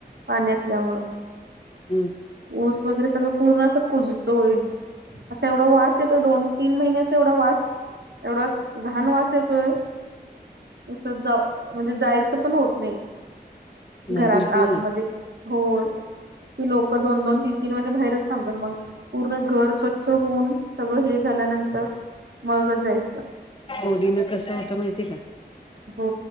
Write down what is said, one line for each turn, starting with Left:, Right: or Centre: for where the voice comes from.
Right: पाणी असल्यामुळं
Left: हम्म
Right: ऊस वगैरे सगळ पूर्ण असं कुजतोय असा एवढा वास येतोय दोन तीन महिन्याचा एवढा वास एवढा घण वास येतोय तस जा म्हणजे जायचं पण होत नाही.
Left: नाही
Right: घरात
Left: बिलकुल
Right: आतमध्ये हो ती लोक दोन, दोन, तीन, तीन म्हणजे बाहेरच त मग पूर्ण घर स्वच्छ होऊन सगळं हे झाल्यानंतर मगच आहे.
Left: गोरीन कस होता माहितीय का?
Right: हो